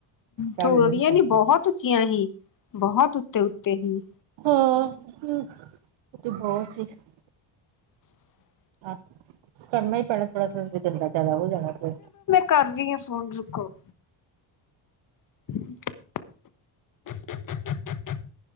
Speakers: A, on the right; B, on the left.
A: ਝਾੜੂ
B: ਥੋੜੀਆਂ
A: ਨਹੀਂ ਪਾਉਂਦੀ।
B: ਨੀ ਬੋਹਤ ਉੱਚੀਆਂ ਹੀ, ਬੋਹਤ ਉੱਤੇ-ਉੱਤੇ ਹੀ।
A: ਹਾਂ <unintelligible>
B: <inaudible>
A: ਹਾਂ, ਕਰਨਾ ਹੀ ਪੈਣਾ ਥੋੜਾ-ਥੋੜਾ ਜਾ ਗੰਦਾ ਵਾ ਜਾਦਾ ਹੋ ਜਾਣਾ ਫੇਰ।
B: ਕਰਦੀ ਆ ਫੋਨ ਰੁਕੋ। <inaudible>